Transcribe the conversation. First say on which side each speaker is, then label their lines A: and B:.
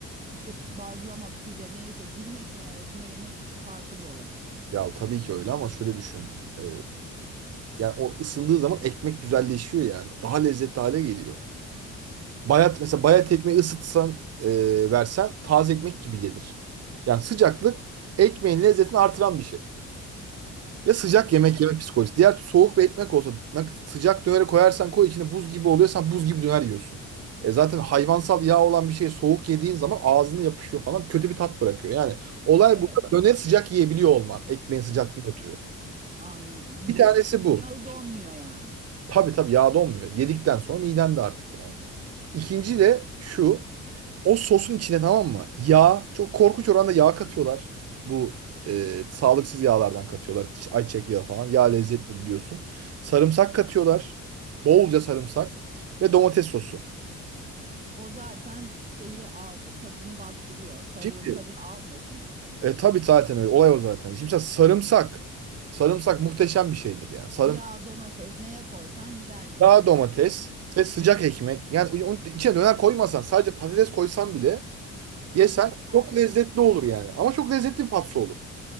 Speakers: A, on the right; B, on the right.
A: işte bazlama pide neyse dürüm ekmeği arasında yemek farkı da olabilir.
B: Ya tabii ki öyle ama şöyle düşün. Ee, yani o ısındığı zaman ekmek güzelleşiyor yani. Daha lezzetli hale geliyor. Bayat mesela bayat ekmeği ısıtsan e, versen taze ekmek gibi gelir. Yani sıcaklık ekmeğin lezzetini artıran bir şey. Ve sıcak yemek yemek psikolojisi. Diğer soğuk bir ekmek olsa ne- sıcak döneri koyarsan koy içine buz gibi oluyor. Sen buz gibi döner yiyorsun. E zaten hayvansal yağ olan bir şey soğuk yediğin zaman ağzını yapışıyor falan kötü bir tat bırakıyor. Yani olay
A: Evet
B: bu döneri sıcak yiyebiliyor olman ekmeğin sıcaklığını ötürü.
A: anladım. Hmm.
B: Bir tanesi bu.
A: Yağı donmuyor yani.
B: Tabii tabii yağda olmuyor. Yedikten sonra miden de artık yani. İkinci de şu. O sosun içine tamam mı? Yağ. Çok korkunç oranda yağ katıyorlar. Bu e, sağlıksız yağlardan katıyorlar. Ç- Ayçiçek yağı falan. Yağ lezzetli biliyorsun. Sarımsak katıyorlar. Bolca sarımsak. Ve domates sosu.
A: O zaten şeyi al, tadını bastırıyor. Tavuğun
B: Şimdi
A: tadını almıyorsun bile.
B: e, tabii zaten öyle. Olay o zaten. Şimdi sen sarımsak. Sarımsak muhteşem bir şeydir yani. Sarımsak.
A: Yağ, domates neye koysan gider diyorsun.
B: Daha domates ve sıcak ekmek. Yani onun içine döner koymasan sadece patates koysan bile Yesen
A: Patso
B: çok lezzetli olur yani. Ama çok lezzetli bir patso olur.